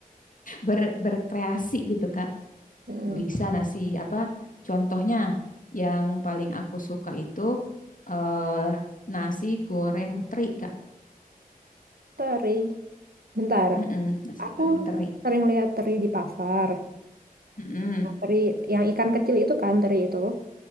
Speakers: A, on the left; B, on the right.
A: Ber- berkreasi gitu Kak
B: Mm.
A: bisa nasi apa contohnya yang paling aku suka itu eh nasi goreng teri Kak
B: Teri. Bentar,
A: Mm-mm, nasi
B: Aku
A: goreng teri
B: sering lihat teri di pasar.
A: Mm-mm,
B: Nah, Teri yang ikan kecil itu kan teri itu.